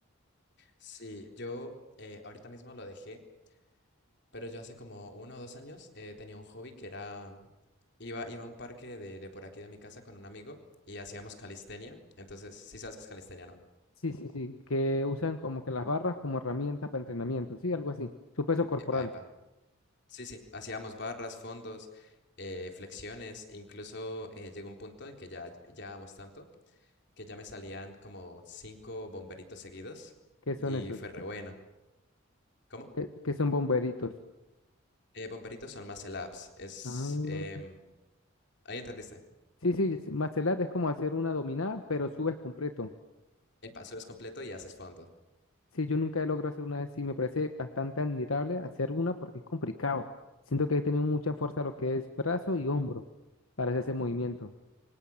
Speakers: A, on the left; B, on the left.
A: Sí, yo eh, ahorita mismo lo dejé, pero yo hace como uno o dos años eh, tenía un hobby que era, iba, iba a un parque de, de por aquí de mi casa con un amigo y hacíamos calistenia. Entonces, sí sabes qué es calistenia, ¿no?
B: Sí, sí, sí, que usan como que las barras como herramienta para entrenamiento, sí, algo así. Su peso corporal,
A: Epa, epa. Sí, sí, hacíamos barras, fondos, eh, flexiones, incluso eh, llegó un punto en que ya llevábamos tanto que ya me salían como cinco bomberitos seguidos
B: ¿qué son
A: y
B: esos?
A: fue re bueno. ¿Cómo?
B: ¿Qué, qué son bomberitos?
A: Eh, bomberitos son más ups, es...
B: Ah.
A: em, ahí entendiste.
B: Sí, sí, es- martial art es como hacer una dominada, pero subes completo.
A: Epa, subes completo y haces fondo.
B: Sí, yo nunca he logrado hacer una de sí, me parece bastante admirable hacer una porque es complicado. Siento que he tenido mucha fuerza lo que es brazo y hombro para hacer ese movimiento.